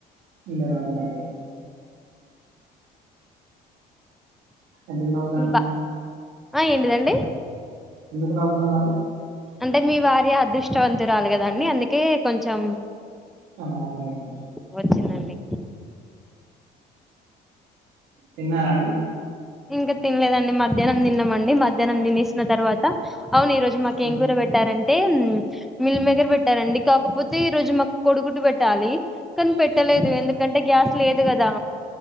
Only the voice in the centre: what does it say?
బా
ఆ ఏంటిదండి
అంటే మీ భార్య అదృష్టవంతురాలు కదండి. అందుకే కొంచెం
వచ్చిందండి
ఇంక తినలేదండి, మధ్యాహ్నం తిన్నామండి. మధ్యాహ్నం తినేసిన తర్వాత అవును ఈ రోజు మాకు
ఎంకూర పెట్టారన్ అంటే మిల్ మేకర్ పెట్టారండి, కాకపోతే ఈ రోజు మాకు కొడిగుడ్డు పెట్టాలి. కని పెట్టలేదు,
ఎందుకంటే గ్యాస్ లేదు కదా